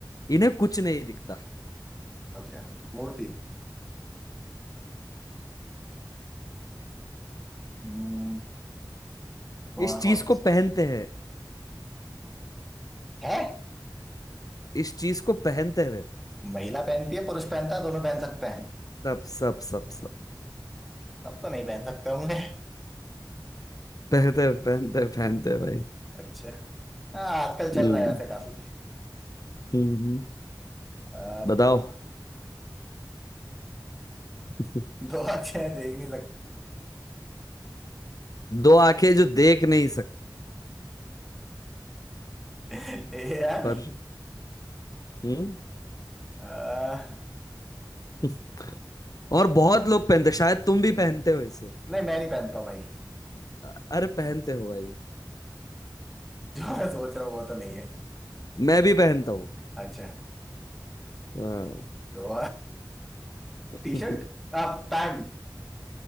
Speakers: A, on the left; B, in the centre.
A: इन्हें कुछ नहीं दिखता
B: क्या मूर्ति हम्म, बुआ
A: इस चीज
B: बहुत
A: को पहनते हैं
B: है
A: इस चीज को पहनते हैं
B: महिला पहनती है पुरुष पहनता है दोनों पहन सकते हैं
A: सब सब सब सब
B: सब तो नहीं पहन सकते होंगे
A: पहनते पहनते पहनते भाई
B: अच्छा हाँ आजकल चल
A: हम्म
B: रहा है वैसे काफी
A: हम्म
B: आ,
A: बताओ
B: तो
A: <laughs>
B: दो अच्छे हैं, देख नहीं
A: दो आंखें जो देख नहीं सकते
B: सकते ए यार
A: पर हम्म
B: आ,
A: <laughs> और बहुत लोग पहनते शायद तुम भी पहनते हो इसे
B: नहीं मैं नहीं पहनता हूँ भाई
A: अ- अरे पहनते हो भाई
B: जो मैं सोच रहा हूँ वो तो नहीं है
A: मैं भी पहनता हूँ
B: अच्छा
A: हाँ।
B: तो
A: <laughs>
B: टी शर्ट आप पैंट